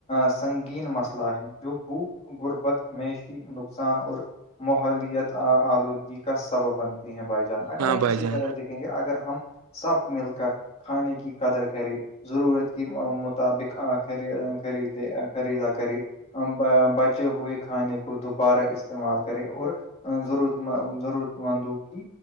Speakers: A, on the left (about 30°); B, on the right (about 70°).
A: سنگین مسئلہ جو بھوک غربت میشی نقصان اور ماحولت آلودگی کا سبب بنتی ہیں بھائی جان اگر
B: ہاں
A: ہم
B: بھائی
A: اسی
B: جان
A: طرح دیک اگر ہم سب مل کر کھانے کی قدر کرے ضرورت کی مطابق خد خرید خاریدا کرے بچے ہوئے کھانے کو دوبارہ استعمال کرے اور ضرورت ضرورت مندوں کی